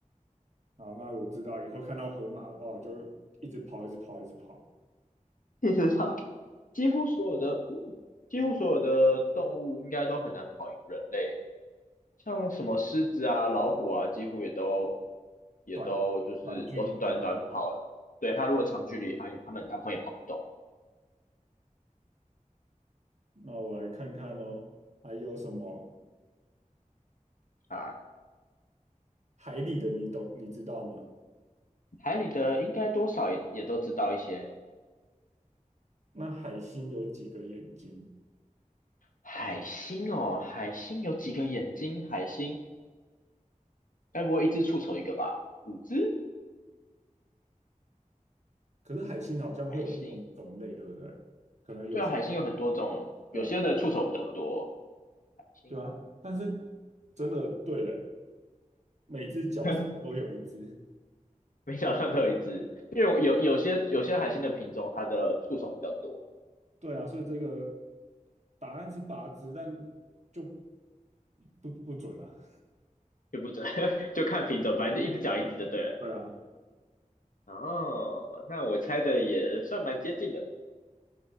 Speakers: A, on the right; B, on the left.
A: 好，那我知道以后看到河马的话，我就一直跑，一直跑，一直跑，
B: 事实上，<laughs> 几乎所有的几乎所有的动物应该都很难跑赢人类，像什么狮子啊、老虎啊，几乎也都也都就是都是短短跑的。
A: 短短距离的那种。
B: 对，他如果长距离，他他们大部分也跑不动
A: 那我来看看哦，还有什么
B: 啊。
A: 海里的你懂你知道吗？
B: 海里的应该多少也也都知道一些。
A: 那海星有几个眼睛？
B: 海星哦，海星有几个眼睛？海星该不会一只触手一个吧？五只？
A: 可是海星好像会有不同种类，
B: 海星？
A: 对不对？可能有些
B: 对啊，海星有很多种，
A: 对啊，
B: 有些的触手比较多。海星
A: 对啊，但是真的对嘞，每只脚上都有一只。
B: <laughs> 没想到都有一只，因为有有些有些海星的品种，它的触手比较多，
A: 对啊，所以这个答案是八只，但就不不准啊。
B: 也不准，<laughs> 就看品种，反正就一只脚一只就对了。
A: 对啊，
B: 哦，那我猜的也算蛮接近的，